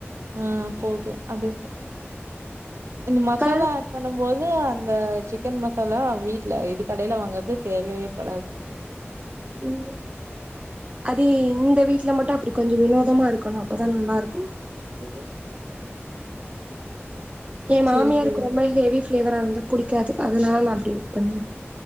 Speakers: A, on the right (about 85°); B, on the right (about 30°).
A: ஆ போது அதுவே இந்த மசாலா
B: இப்ப
A: பண்ணும்போது அந்த சிக்கன் மசாலா வீட்ல இது கடைல வாங்கறது தேவையேப்படாது
B: ம் அது தி இந்த வீடல மட்டு அப்டி கொஞ்ச வினோதமா இருக்கணு அப்பதா நல்லா இருக்கு
A: ஓகே
B: எ மாமியாருக்கு
A: சரி, சரி.
B: ரொம்ப ஹெவி ப்ளேவரா இருந்தா புடிக்காது அதனால நா அப்டி பண்ணுவ